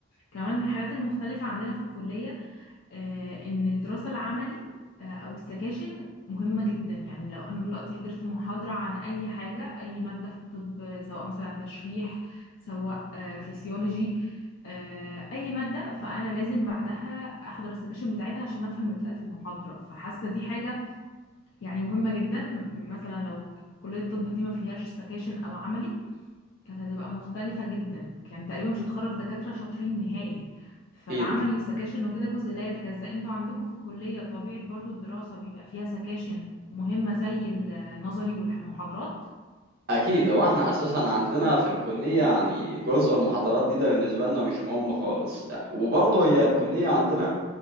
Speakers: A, on the left (about 65°); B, on the right (about 50°).
A: كمان من الحاجات المختلفه عندنا في الكليه آه، ان الدراسه العملي آه، او السكاشن مهمه جدا يعني لو انا دلوقتي حضرت محاضره عن اي حاجه اي ماده في الطب آه، سواء مثلا تشريح سواء آه، فسيولوجي آه، اي ماده فانا لازم بعدها احضر السكاشن بتاعتها عشان افهم اللي اتقال في المحاضره فحاسه دي حاجه يعني مهمه جدا مثلا لو كليه الطب دي ما فيهاش سكاشن او عملي كانت هتبقى مختلفة جدا كان تقريبا مش هتخرج دكاترة شاطرين نهائي فالعملي
B: اكيد
A: والسكاشن وكده جزء لا يتجزأ انتوا عندكم في الكلية طبيعة برضو الدراسة بيبقى فيها سكاشن مهمة زي النظري والمحاضرات
B: اكيد هو احنا اساسا عندنا في الكليه يعني جزء المحاضرات دي ده بالنسبه لنا مش مهم خالص وبرضه هي الكليه عندنا